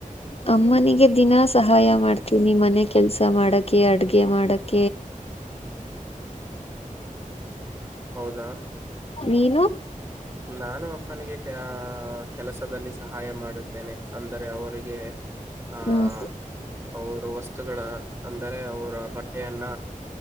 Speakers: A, on the left; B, on the right.
A: ಅಮ್ಮನಿಗೆ ದಿನಾ ಸಹಾಯ ಮಾಡ್ತೀನಿ ಮನೆ ಕೆಲ್ಸ ಮಾಡಕ ಅಡ್ಗೆ ಮಾಡಕ
B: ಹ್ಮ ಹೌದಾ
A: ವೀನು
B: ನಾನು ಅಪ್ಪನಿಗೆ ಆ ಕೆಲಸದಲ್ಲಿ ಸಹಾಯ ಮಾಡುತ್ತೇನೆ ಅಂದರೆ ಅವರಿಗೆ ಆಹ
A: ಹ್ಮ್
B: ಅವರು ವಸ್ತುಗಳ ಅಂದರೆ ಅವರ ಬಟ್ಟೆಯನ್ನ